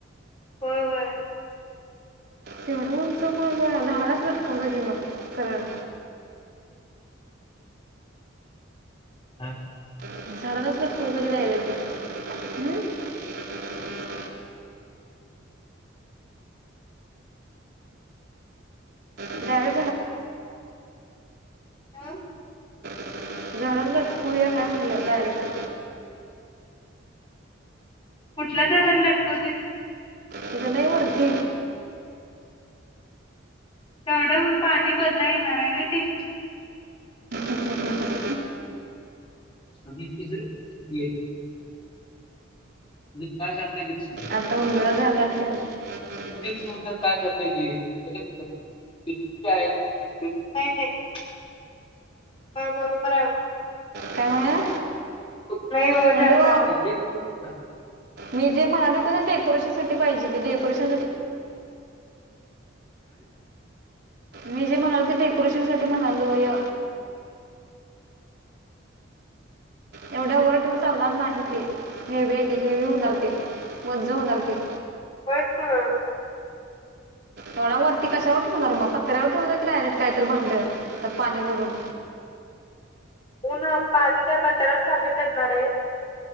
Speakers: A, on the left (about 30°); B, on the right (about 55°).
A: होय होय
B: तेवढंचं मग झाडालाच नट उदग मग तरर
A: हा
B: झाडालाच पट खय <inaudible> <unintelligible> काय
A: हं?
B: झाड कुळया काय म्हणलं डायरक्ट
A: कुठल्या झाडाला लटकवती
B: <inaudible> नाही वरती
A: तेवढं म पाणी बदलाय येणारय व्हय ते?
B: हम्म.
A: <unintelligible> किधर <unintelligible> मी काय <unintelligible>
B: <inaudible> झाला सेव.
A: <unintelligible> <inaudible> होय बरोबर आहे
B: काय म्हणा
A: <inaudible>
B: हॅलो
A: जाता हम्म
B: मी जे म्हणालो की नै डेकोरेशन साठी पाहिजे. ते डेकोरेश <inaudible> मी जे म्हणालो ते डेकोरेशन साठी म्हणालोय. एवढ्या वर ठेवून चालणार नाही ते हेवे ते हेवी होणार ते वज्ज होणार ते.
A: होय <unintelligible>
B: एवढा वरती कशावर ठेवणार मग पतऱ्यावर ठेव जा की डायरेक्ट काहीत भांड त्यात पाणी भरून.
A: उन पाणी काय पातळ्यावर साारख्या चढणार आहे.